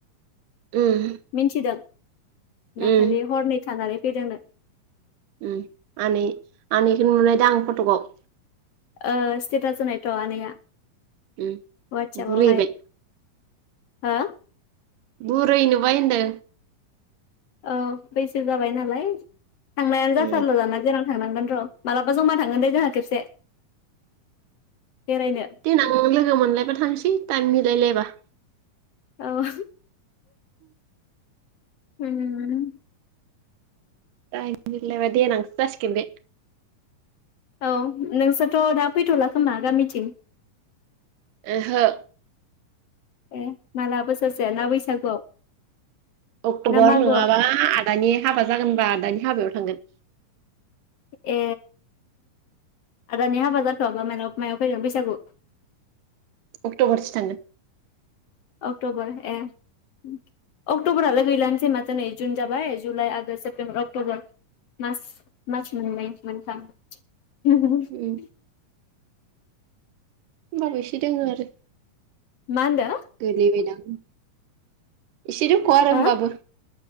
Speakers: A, on the right (about 75°); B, on the left (about 65°).
A: उम
B: मिन्थि दों दाखालि
A: उम
B: हरनै थानानै <unintelligible>
A: उम आनै आनैखो नुलायदां फटकआव
B: ओ स्टेटास होनायथ‌ आनैया
A: उम
B: अवाथसाफाव
A: बुरैबाय
B: हाय हा?
A: बुरै नुबाय होनदो
B: औ बैसो जाबाय नालाय थांनायानो
A: उम
B: जाथारला दाना बेरा थांनांगोन र' मालाबा जमा थांगोन दे जोंहा खेबसे बेरायनो
A: देनां लोगो मोनलायबा थांसै थाएम‌ मिल लायलायबा
B: औ होम
A: थाइम मिलायबा देनांसो जासिगोन बे
B: औ नोंसोरथ' दा फैथ'ला खोमा गामिथिं
A: ओहो
B: ए माला बोसरसे ना बैसागुआव?
A: अक्ट'बर
B: ना मागोआव
A: नङाबा आदानि हाबा जागोनबा आदानि हाबायाव थांगोन।
B: ए आदानि हाबा जाथ'आबा मायाव मायाव फैगोन फैसाागु?
A: अक्ट'बरसो थांगोन
B: अक्ट'बर ए उम अक्ट'बरालाय गैलानोसै माथो नै? जुन जाबाय जुलाइ, आगष, सेप्तेम्बर, अक्ट'बर मास मास मोननै मोनथाम <unintelligible>
A: उम होमबाबो एसे दोङो आरो
B: मा होनदो?
A: गोलैबायदां? इसे दंख' आरो
B: हो
A: होनबाबो